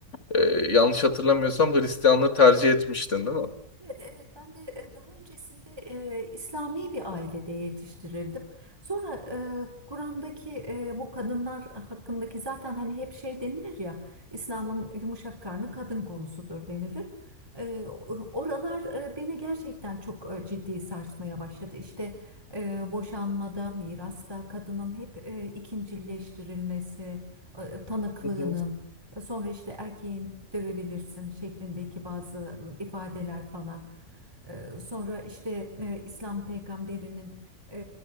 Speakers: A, on the left (about 50°); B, on the right (about 15°).
A: e, yanlış hatırlamıyorsam Hristiyanlığı tercih etmiştin değil mi?
B: Evet, evet. Ben de e, daha öncesinde e, İslami bir ailede yetiştirildim. Sonra e, Kur'an'daki e, bu kadınlar hakkındaki zaten hani hep şey denilir ya, İslam'ın yumuşak karnı kadın konusudur denilir. E, o- oralar e, beni gerçekten çok e, ciddi sarsmaya başladı. İşte e, boşanmada, mirasta kadının hep e, ikincileştirilmesi, e, tanıklığının.
A: Hı hı,
B: Sonra işte erkeğin dövebilirsin şeklindeki bazı ifadeler falan. Ee, Sonra işte e, İslam peygamberinin e,